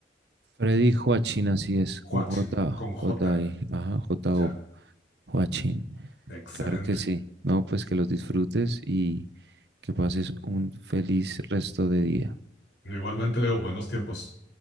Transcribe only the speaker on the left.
Guachín,
con J.
Ya,
excelente.
Igualmente, Leo, buenos tiempos.